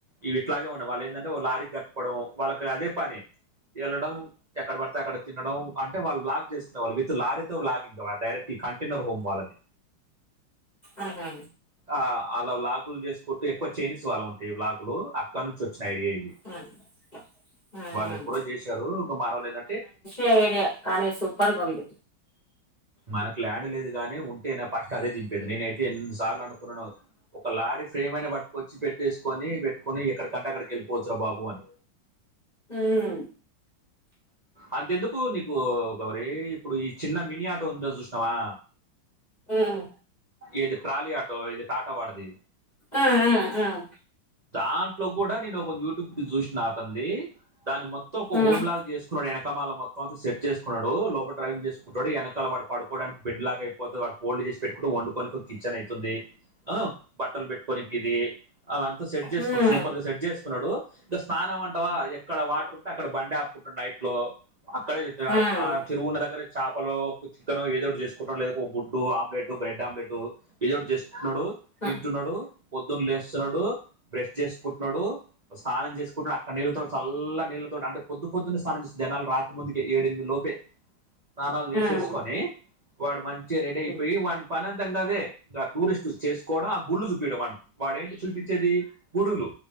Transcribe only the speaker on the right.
ఇవి ఇట్లాగే ఉండవు వాళ్ళే ఎందఅంటే లారీకి కట్టుకోవడం వాళ్ళకి అదే పని ఏళ్ళడం ఎక్కడ పడితే అక్కడికి తినడం అంటే వాళ్ళు బ్లాగ్ చేసుకుంట వాళ్ళు విత్ లారీతో బ్లాగింగ్ కావ డైరెక్ట్ ఈ కంటైనర్ హోమ్ వాళ్ళ అది
ఆ అలా లాగులు చేసుకుంటూ ఎక్కువ చేనిస్ వాళ్ ఉంటాయి బ్లాగులు అక్కడ నుంచి వచ్చిన ఐడియా ఇది
వాళ్ళు ఎప్పుడో చేశారు ఇంకా మానవోల్లు ఏంద అంటే
మనకు ల్యాండ్ లేదు గాని ఉంటేనే పట్ అదే దింపేది నేన్ అయితే ఎన్ని సార్లు అనుకున్నా నో ఒక లారీ ఫ్రేమ్ అయిన బట్టుకొచ్చి పెట్టేసుకొని పెట్టుకొని ఎక్కడికంట అక్కడికి వెళిపోవచ్చురా బాబు అని
అంతె ఎందుకు నీకు గౌరి ఇప్పుడు ఈ చిన్న మినీ ఆటో ఉంటది చూసినావా
ఏది ట్రాలీ ఆటో ఇది టాటో వాడది
దాంట్లో కూడా నేను ఒక యూట్యూబ్ చూసిన అతనిది దాని మొత్తం ఒక
హోమ్ లాగ చేసుకున్నాడు వెనకమాల మొత్తం అంత సెట్ చేసుకున్నాడు లోప డ్రైవింగ్ చేసుకుంటాడు వెనకాల వాడి పడుకోవడానికి బెడ్ లాగా అయి పోతే వాడు ఓల్డ్ చేసి పెట్టుకుంటూ వండుకొనికి ఒక కిచెన్ అయితుంది అ బట్టలు పెట్టుకోని ఇది అవ అంతా సెట్ చేసుకున్నాడు
సూపర్ గా సెట్ చేసుకు ఉన్నాడు ఇంకా స్నానం అంటావా ఎక్కడ వాటర్ ఉంటే అక్కడ బండి ఆపుకుంటుడు నైట్ లో అక్కడే చే
ఆ చెరువు ఉన్న దగ్గరే చాపలో ఒక చికెన్ ఏదో ఒకటి చేసుకుంటాం లేదు ఒక గుడ్డు ఆమ్లెట్ బ్రెడ్ ఆమ్లెట్టు ఏదో ఒకటి చేసుకుంటు ఉన్నాడు
తింటు ఉన్నాడు పొద్దున్న లేస్తున్నాడు బ్రష్ చేసుకుంటున్నాడు స్నానం చేసుకుంటున్నాడు అక్కడ నీళ్ళతో చల్ల నీళ్ళతోటి అంటే పొద్దు పొద్దున్నే స్నానం చేసి జనాలు రాకముందుకే ఏడ్ ఎనిమిది లోపే స్నానాలు చేసేస్కొని
వాడు మంచిగా రెడీ అయిపోయి
వాడి పని అంతం అదే ఇంకా టూరిస్ట్ చేసుకోవడం ఆ గుళ్ళు చూపింయడం వాడ్ వాడే ఏంటి చూపించ్చేది గుడులు